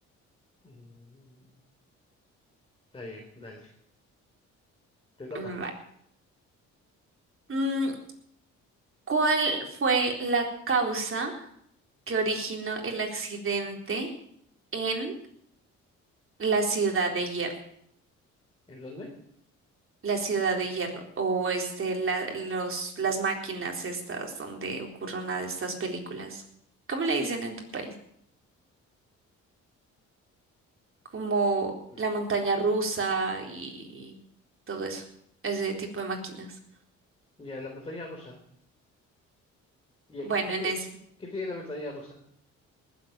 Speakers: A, on the left; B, on the right.
A: Mm, Está bien, dale. Te toca.
B: Mm, Vale. Mm, ¿cuál fue la causa que originó el accidente en la ciudad de Hierro?
A: ¿En dónde?
B: La ciudad de hierro o este la- los las máquinas estas donde ocurre una de estas películas. ¿Cómo le dicen en tu país? Como
A: Mm,
B: la montaña rusa y todo eso, ese tipo de máquinas.
A: Ya, la montaña rusa. Ya,
B: Bueno,
A: ¿qué, qué
B: en
A: tie-
B: eso.
A: qué tiene la montaña rusa?